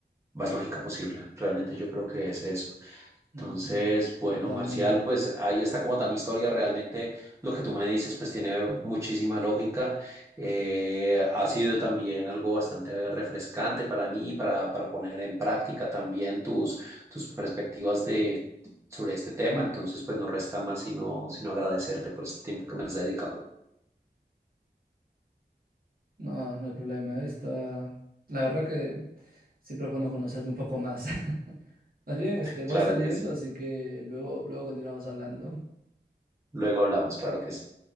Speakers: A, on the right; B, on the right.
A: más lógica posible. Realmente yo creo que es eso.
B: Ujú,
A: Entonces, bueno,
B: Totalmente.
A: Marcial, pues ahí está como tal mi historia. Realmente lo que tú me dices, pues tiene muchísima lógica. Eh, ha sido también algo bastante refrescante para mí, para, para poner en práctica también tus, tus perspectivas de... sobre este tema, entonces pues no resta más sino, sino agradecerte por este tiempo que me has dedicado.
B: No, no hay problema. Esta, la verdad que siempre es bueno conocerte un poco más. <laughs> Más bien, este, voy
A: Claro
B: saliendo,
A: que sí.
B: así que luego, luego continuamos hablando.
A: Luego hablamos, claro que sí.